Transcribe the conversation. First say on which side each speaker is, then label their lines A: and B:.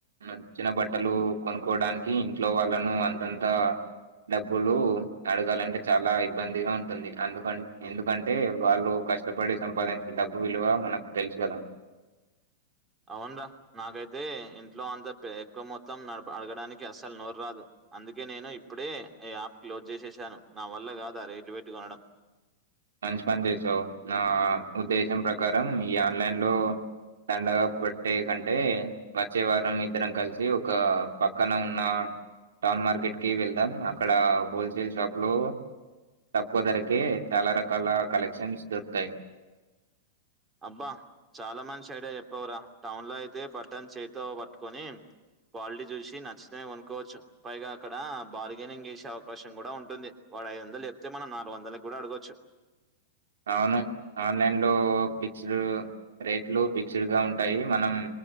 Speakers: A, on the right; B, on the right.
A: నచ్చిన బట్టలు కొనుక్కోడానికి ఇంట్లో వాళ్ళను అంతంతా డబ్బులు అడగాలంటే చాల ఇబ్బందిగా ఉంటుంది అందుక ఎందుకంటే వాళ్ళు కష్ట కష్టపడి సంపాదించే డబ్బు విలువ మనకు తెలుసు కదా
B: అవునురా నాకైతే ఇంట్లో అంత ఎక్కువ మొత్తం అడగడానికి అస్సలు నోరు రాదు అందుకే నేను ఇప్పుడే ఈ యాప్ క్లోజ్ చేసేసాను నా వల్ల కాదు ఆ రేట్లు పెట్టి కొనడం
A: మంచి పని చేసావు నా ఉద్దేశం ప్రకారం ఈ ఆన్లైన్ లో దండగ పట్టే కంటే వచ్చే వారం ఇద్దరం కలిసి ఒక పక్కన ఉన్న టౌన్ మార్కెట్ కి వెళ్దాం అక్కడ హోల్సేల్ షాప్ లో తక్కువ ధరకే చాలా రకాల కలెక్క్షన్స్ దొరుకుతాయి
B: అబ్బ చాలా మంచి సైడ చెప్పవురా టౌన్ లో అయితే బట్టన్ చేతో పట్టుకొని <unintelligible> చూసి నచ్చితేనే కొనుక్కోవచ్చు పైగా అక్కడ బార్గెనింగ్ చేసే అవకాశం కూడా ఉంటుంది వాడు ఐదు వందలు చెప్తే మనం నాలుగు వందలకి కూడ అడగొచ్చు
A: ఆవును ఆన్లైన్ లో ఫిక్స్డ్ రేట్లు ఫిక్స్డ్ గా ఉంటాయి మనం